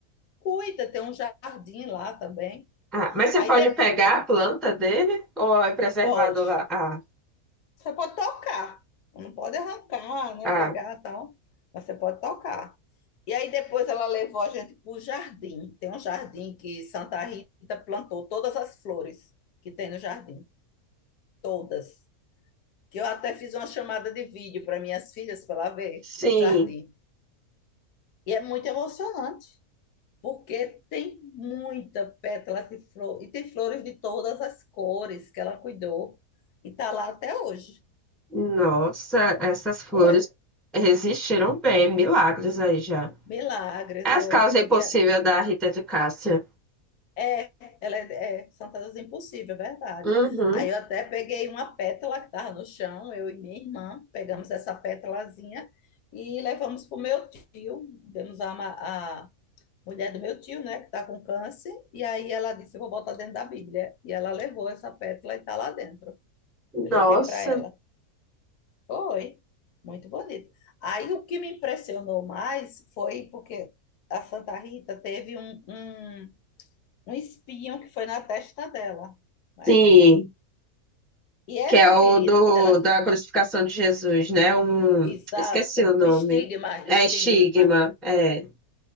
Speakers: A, on the left (about 85°); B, in the centre.
A: Cuida, tem um jardim lá também.
B: Ah, mas você
A: Aí
B: pode
A: depois,
B: pegar a planta dele ou é preservado
A: pode.
B: lá? Ah,
A: Você pode tocar. Não pode arrancar, né?
B: ah,
A: Pegar e tal. Mas você pode tocar. E aí depois ela levou a gente para o jardim. Tem um jardim que Santa Rita plantou todas as flores que tem no jardim. Todas. Que eu até fiz uma chamada de vídeo para minhas filhas para ela ver
B: sim.
A: o jardim. E é muito emocionante porque tem muita pétala de flor e tem flores de todas as cores que ela cuidou e tá lá até hoje.
B: Nossa, essas flores
A: Pô, é-
B: resistiram bem, milagres aí já.
A: milagres,
B: É As
A: eu
B: causas
A: peguei.
B: impossíveis
A: a-
B: da Rita de Cássia.
A: É, ela é, é Fantasias Impossível, é verdade.
B: Uhum.
A: Aí eu até peguei uma pétala que estava no chão, eu e minha irmã pegamos essa pétalazinha e levamos para o meu tio, demos a, ma- a mulher do meu tio, né, que está com câncer, e aí ela disse: Eu vou botar dentro da Bíblia. E ela levou essa pétala e está lá dentro. Eu
B: Nossa.
A: levei para ela. Foi, muito bonito. Aí o que me impressionou mais foi porque a Santa Rita teve um, um, um espinho que foi na testa dela, né?
B: Sim,
A: E essa
B: que é o
A: ferida,
B: do,
A: ela,
B: da crucificação de Jesus, né? Um,
A: exato,
B: esqueci o nome.
A: um estigma,
B: É
A: estigma.
B: estigma. É.